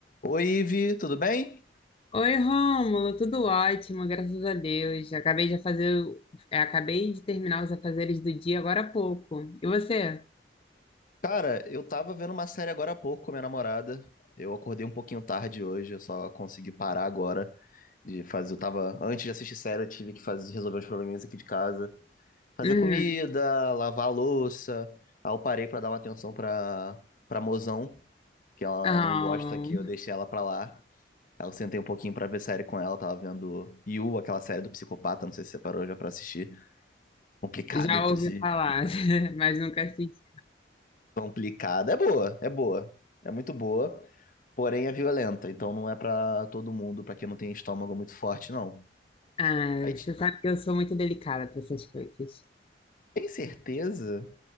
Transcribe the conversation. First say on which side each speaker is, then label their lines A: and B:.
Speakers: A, on the left (about 50°); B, on the left (about 30°).
A: Oi, Ivi, tudo bem?
B: Oi, Rômulo, tudo ótimo, graças a Deus. Acabei de fazer, o- é, acabei de terminar os afazeres do dia agora há pouco. E você?
A: Cara, eu tava vendo uma série agora há pouco com minha namorada. Eu acordei um pouquinho tarde hoje, eu só consegui parar agora de fazer. Eu tava, antes de assistir série, eu tive que fazer, resolver uns probleminhas aqui de casa, fazer
B: Hum,
A: comida, lavar a louça. Aí eu parei pra dar uma atenção pra para mozão, que ela
B: ah,
A: não gosta que eu deixe ela pra lá. Aí eu sentei um pouquinho pra ver série com ela, tava vendo You, aquela série do psicopata, não sei se você parou já pra assistir. Complicada,
B: já
A: inclusive.
B: ouvi falar, <laughs> mas nunca assisti.
A: complicada. É boa, é boa. É muito boa, porém é violenta. Então não é pra todo mundo, pra quem não tem estômago muito forte, não.
B: Ah,
A: Aí, t-
B: você sabe que eu sou muito delicada para essas coisas.
A: tem certeza?